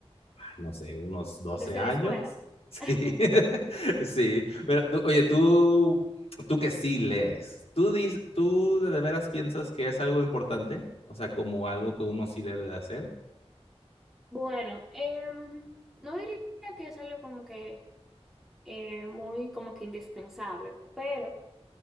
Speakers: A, on the left (about 65°); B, in the centre.
A: ah, no sé, unos 12
B: desde
A: años.
B: la escuela.
A: <laughs>
B: <laughs>
A: Sí, <laughs> sí. Pero tú- oye, tú, tú que sí lees, ¿tú, dis- tú de de veras piensas que es algo importante? O sea, como algo que uno sí debe de hacer.
B: Bueno, em, no diría que es algo como que eh, muy como que indispensable, pero